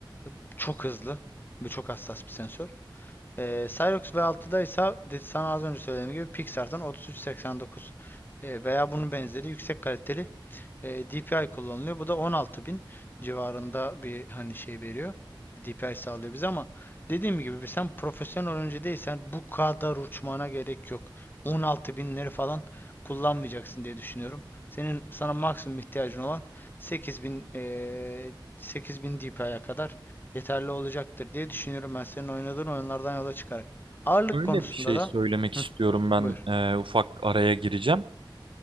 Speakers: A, on the left; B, on the right.
A: E, Çok hızlı ve çok hassas bir sensör. E, Cyrox V6'da ise de- sana az önce söylediğim gibi Pixar'dan 3389 e, veya bunun benzeri yüksek kaliteli e, DPI kullanılıyor. Bu da 16.000 civarında bir hani şey veriyor. DPI sağlıyor bize ama dediğim gibi sen profesyonel oyuncu değilsen bu kadar uçmana gerek yok. on altı binleri falan kullanmayacaksın diye düşünüyorum. Senin sana maksimum ihtiyacın olan 8.000 eee 8.000 DPI'ye kadar yeterli olacaktır diye düşünüyorum ben senin oynadığın oyunlardan yola çıkarak. Ağırlık
B: Şöyle
A: konusunda
B: bir şey
A: da
B: söylemek istiyorum
A: Hı,
B: ben
A: buyur.
B: e, ufak araya gireceğim.